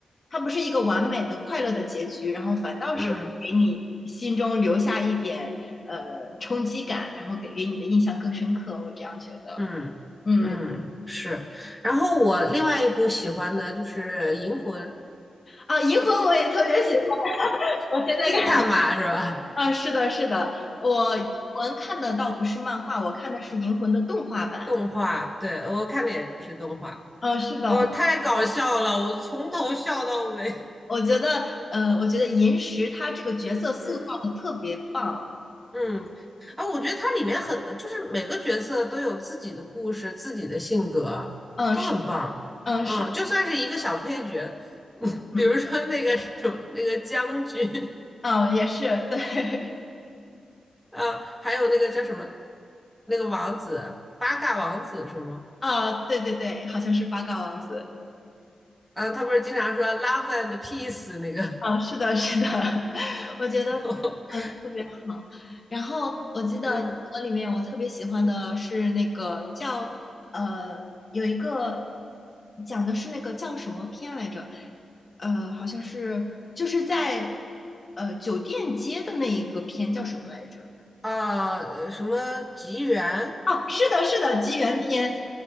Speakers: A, on the left; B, in the centre.
A: 它不是一个完美的快乐的结局，然后反倒是给你心中留下一点呃冲击感，
B: 嗯
A: 然后给给你的印象更深刻。我这样觉得，
B: 嗯嗯是。
A: 嗯。
B: 然后我另外一部喜欢的就是《银魂》
A: 啊，银魂我也特别喜欢，我现在看。
B: <laughs>，Gintama 是吧？
A: 啊，是的，是的，我银魂看的倒不是漫画，我看的是银魂的动画版。
B: 动画，对，我看的也是动画，
A: 嗯，是的，
B: 哦，太搞笑了，我从头笑到尾。<laughs>
A: 我觉得，呃，我觉得银石他这个角色塑造的特别棒。
B: 嗯嗯，啊，我觉得它里面很，就是每个角色都有自己的故事、自己的性格，
A: 嗯，
B: 都很棒。
A: 是，嗯，
B: 嗯，
A: 是，
B: 就算是一个小配角，<laughs> 比如说那个什么，
A: 嗯，
B: 那个将军，
A: 啊，也是，对，
B: 啊，还有那个叫什么，那个王子，八嘎王子是吗？
A: <laughs> 啊，对对对，好像是八嘎王子。
B: 嗯，他不是经常说 “love and peace” 那个，
A: 嗯，是的，是的，<laughs> 我觉得
B: <laughs>
A: 嗯特别好。然后我记得英文里面我特别喜欢的是那个叫呃有一个
B: 嗯，
A: 讲的是那个叫什么片来着？呃，好像是就是在呃酒店街的那一个片叫什么来着？
B: 啊，呃什么吉原
A: 哦，是的，是的，吉原篇。